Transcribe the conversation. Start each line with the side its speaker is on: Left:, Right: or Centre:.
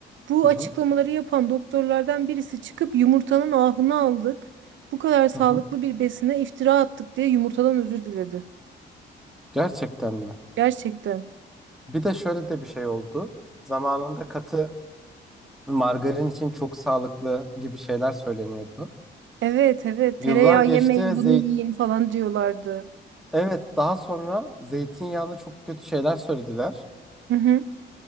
Right: bu
Centre: hı hı.
Right: açıklamaları yapan doktorlardan birisi çıkıp yumurtanın ahını aldık. Bu kadar sağlıklı
Centre: hı hı.
Right: bir besine iftira attık diye yumurtadan özür diledi.
Centre: Gerçekten mi?
Right: Gerçekten.
Centre: Bir de şöyle de bir şey oldu. Zamanında katı Margarin için çok sağlıklı gibi şeyler söyleniyordu.
Right: Evet evet
Centre: Yıllar
Right: tereyağı
Centre: geçti.
Right: yemeyin bunu
Centre: Zeyt
Right: yiyin falan diyorlardı.
Centre: evet daha sonra zeytinyağına çok kötü şeyler söylediler.
Right: Hı hı.